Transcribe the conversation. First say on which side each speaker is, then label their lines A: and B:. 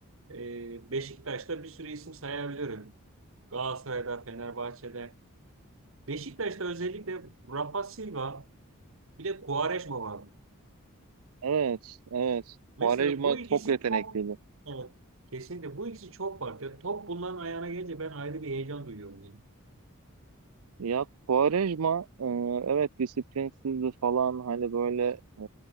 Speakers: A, on the right; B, on the right.
A: e, Beşiktaş'ta bir sürü isim sayabilirim. Galatasaray'da, Fenerbahçe'de. Beşiktaş'ta özellikle Rafa Silva bir de Quaresma var.
B: Evet, evet.
A: Mesela
B: Quaresma
A: bu ikisi
B: çok yetenekliydi.
A: çok evet kesinlikle bu ikisi çok farklı. Top bunların ayağına gelince ben ayrı bir heyecan duyuyorum yani.
B: Ya Quaresma e, evet disiplinsizdi falan hani böyle e,